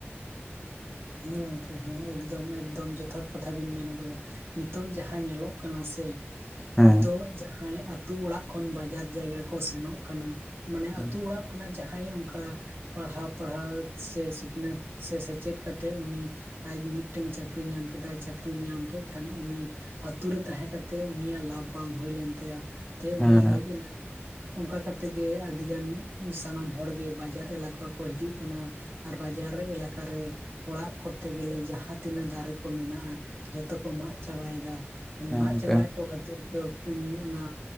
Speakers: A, on the right; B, in the centre.
A: ᱦᱮᱸ ᱜᱚᱢᱠᱮ ᱦᱮᱸ ᱮᱠᱫᱚᱢ ᱮᱠᱫᱚᱢ ᱡᱚᱛᱷᱟᱛ ᱠᱟᱛᱷᱟ ᱵᱤᱱ ᱢᱮᱱ ᱟᱠᱟᱫᱟ ᱾ ᱱᱤᱛᱚᱜ ᱡᱟᱦᱟᱸ ᱧᱮᱞᱚᱜ ᱠᱟᱱᱟ ᱥᱮ
B: ᱦᱮᱸ
A: ᱱᱤᱛᱳᱜ ᱡᱟᱦᱟᱸᱭ ᱟᱹᱛᱩ ᱚᱲᱟᱜ ᱠᱷᱚᱱ ᱵᱟᱡᱟᱨ ᱡᱟᱭᱜᱟ ᱠᱚ ᱥᱮᱱᱚᱜ ᱠᱟᱱᱟ ᱢᱟᱱᱮ
B: ᱦᱮᱸ
A: ᱟᱹᱛᱩ ᱚᱲᱟᱜ ᱚᱱᱟ ᱡᱟᱦᱟᱸᱭ ᱚᱱᱠᱟ ᱯᱟᱲᱦᱟᱣ ᱯᱟᱲᱦᱟᱣ ᱥᱮ ᱥᱤᱠᱷᱱᱟᱹᱛ ᱥᱮ ᱥᱮᱪᱮᱫ ᱠᱟᱛᱮ ᱛᱮ ᱩᱱᱤ ᱟᱡ ᱢᱤᱫᱴᱟᱝ ᱪᱟᱹᱠᱨᱤᱭ ᱧᱟᱢ ᱠᱮᱫᱟᱭ, ᱪᱟᱹᱠᱨᱤᱭ ᱧᱟᱢ ᱠᱮᱫ ᱠᱷᱟᱱ ᱩᱱᱤ ᱟᱹᱛᱩ ᱨᱮ ᱛᱟᱦᱮᱸ ᱠᱟᱛᱮᱜ ᱩᱱᱤᱭᱟᱜ ᱞᱟᱵᱷ ᱵᱟᱝ ᱦᱩᱭ ᱞᱮᱱ ᱛᱟᱭᱟ ᱥᱮ ᱩᱱᱤ
B: ᱦᱮᱸ
A: ᱦᱮᱡ ᱮᱱᱟᱭ ᱚᱱᱠᱟ ᱠᱟᱛᱮᱜ ᱜᱮ ᱟᱹᱰᱤ ᱜᱟᱱ ᱥᱟᱱᱟᱢ ᱦᱚᱲᱜᱮ ᱵᱟᱡᱟᱨ ᱮᱞᱟᱠᱟ ᱠᱚ ᱦᱤᱡᱩᱜ ᱠᱟᱱᱟ᱾ ᱟᱨ ᱵᱟᱡᱟᱨ ᱮᱞᱟᱠᱟ ᱨᱮ ᱚᱲᱟᱜ ᱠᱚᱨᱛᱮ ᱜᱮᱞᱮ ᱡᱟᱦᱟᱸ ᱛᱤᱱᱟᱹᱜ ᱫᱟᱨᱮ ᱠᱚ ᱢᱮᱱᱟᱜ-ᱟ ᱡᱚᱛᱚ ᱠᱚ ᱢᱟᱜ ᱪᱟᱵᱟᱭᱮᱫᱟ᱾
B: ᱦᱮᱸ
A: ᱢᱟᱜ
B: ᱜᱚᱝᱠᱮ
A: ᱪᱟᱵᱟᱭᱮᱫ ᱠᱚ ᱠᱷᱟᱹᱛᱤᱨ ᱚᱱᱟ